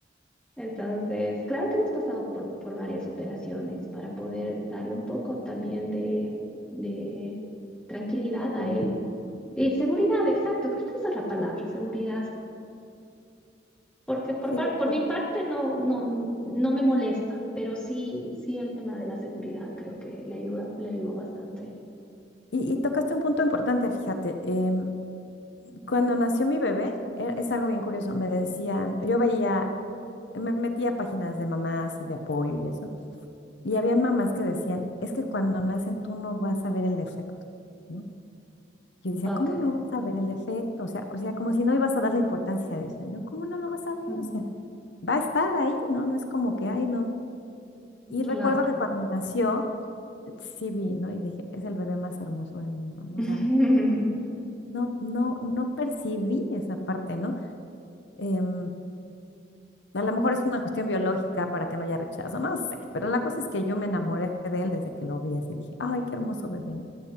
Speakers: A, in the centre; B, on the left.
A: Entonces, claro que hemos pasado por, por varias operaciones para poder darle un poco también de, de tranquilidad
B: Está curioso.
A: a él. Y
B: Ujú.
A: seguridad, exacto, creo que esa es la palabra, seguridad. Porque por,
B: Sí,
A: par- por
B: por-
A: mi parte no, no, no me molesta, pero sí, sí el tema de la seguridad creo que le ayuda, le ayudó bastante.
B: y, y tocaste un punto importante, fíjate. em, cuando nació mi bebé, e- es algo bien curioso. Me decían, yo veía me metí a páginas de mamás y de apoyo y eso. Y había mamás que decían, es que cuando nacen tú no vas a ver el defecto, ¿no? Yo decía,
A: Ok,
B: ¿cómo no vas a ver el defecto? O sea, o sea, como si no ibas a darle importancia. Dicen, no, ¿cómo no lo vas a ver?
A: Mm,
B: O
A: mm,
B: sea, va a estar ahí, ¿no? No es como que, ay, no. Y recuerdo
A: claro.
B: que cuando nació, eh, sí vi, ¿no? Y dije, es el bebé más hermoso del mundo, ¿no?
A: <laughs>
B: O sea, no, no, no percibí esa parte, ¿no? Em, A lo mejor es una cuestión biológica para que no haya rechazo, no sé, pero la cosa es que yo me enamoré de él desde que lo vi así, dije, ay, qué hermoso bebé. ¿no?